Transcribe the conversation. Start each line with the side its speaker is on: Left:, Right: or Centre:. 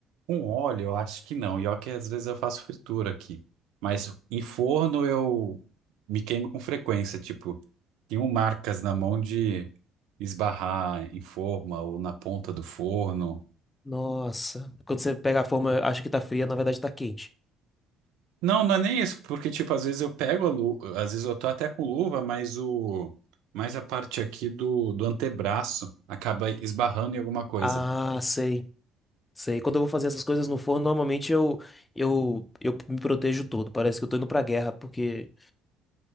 Right: com óleo, eu acho que não. E ó que às vezes eu faço fritura aqui. Mas em forno eu me queimo com frequência. Tipo, tenho marcas na mão de esbarrar em forma ou na ponta do forno.
Left: nossa, quando você pega a forma, acha que tá fria, na verdade tá quente.
Right: Não, não é nem isso, porque, tipo, às vezes eu pego a luva, às vezes eu tô até com luva, mas o, mas a parte aqui do, do antebraço acaba esbarrando em alguma coisa.
Left: Ah, sei, sei. Quando eu vou fazer essas coisas no forno, normalmente eu eu eu me protejo todo. Parece que eu tô indo pra guerra, porque